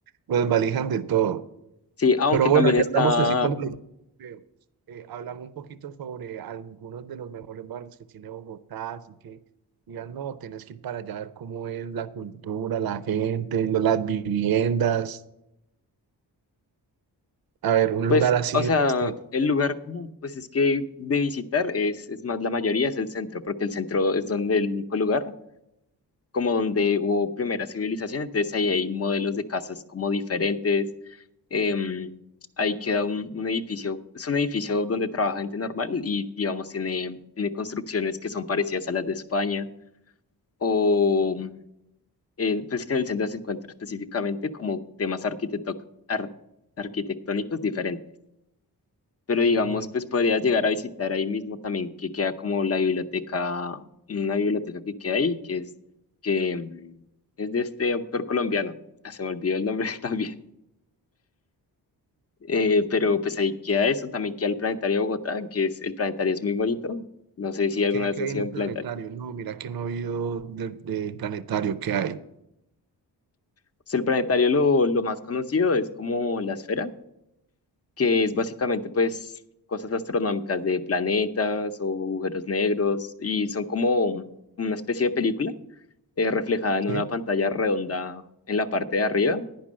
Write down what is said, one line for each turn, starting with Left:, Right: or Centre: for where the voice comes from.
Right: lo desvalijan de todo.
Left: Sí, aunque
Right: Pero bueno,
Left: también
Right: ya
Left: está
Right: hablamos así como los veo. Eh, hablamos un poquito sobre algunos de los mejores barrios que tiene Bogotá, así que digan, no, tienes que ir para allá a ver cómo es la cultura, la gente, lo- las viviendas, a ver, un
Left: Pues,
Right: lugar así
Left: o sea,
Right: de estilo.
Left: el lugar como, pues es que de visitar es, es más, la mayoría es el centro, porque el centro es donde el único lugar, como donde hubo primera civilización, entonces ahí hay modelos de casas como diferentes, em, ahí queda un, un edificio, es un edificio donde trabaja gente normal y, digamos, tiene, tiene construcciones que son parecidas a las de España, o, eh, pues que en el centro se encuentra específicamente como temas arquitecto- ar- arquitectónicos diferentes. pero digamos,
Right: Mm,
Left: pues podrías llegar a visitar ahí mismo también que queda como la biblioteca, una biblioteca que queda ahí, que es, que mm, es de este autor colombiano, Ah, se me olvidó el nombre <laughs> también, Eh, pero pues ahí queda eso, también queda el Planetario de Bogotá, que es, el Planetario es muy bonito, no sé si alguna
Right: ¿Qué,
Left: vez
Right: qué
Left: has
Right: hay
Left: sido
Right: en el
Left: un
Right: planetario?
Left: planetario.
Right: No, mira que no he oído del del planetario que hay.
Left: Pues el Planetario lo, lo más conocido es como la esfera, que es básicamente pues cosas astronómicas de planetas o agujeros negros, y son como mm, una especie de película eh, reflejada en
Right: ¿sí?
Left: una pantalla redonda en la parte de arriba